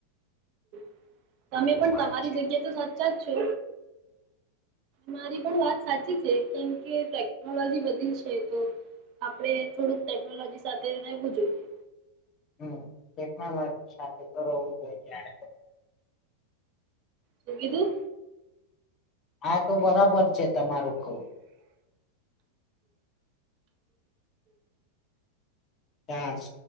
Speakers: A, on the right; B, on the left.
A: <inaudible> તમે
B: આ તો
A: પણ
B: વાત
A: તમારી
B: છે
A: જગ્યા તો સાચા જ છો. મારી પણ વાત સાચી છે, કેમ કે ટેકનોલોજી બધી છે તો આપડણે થોડુંક ટેકનોલોજી સાથે રહેવું જોઈએ.
B: હમ્મ ટેકનોલોજી સાથે તો રહવું જોઈ જ.
A: શું કીધું.
B: હા, તો બરાબર છે તમારું કઉ, ચાર્જ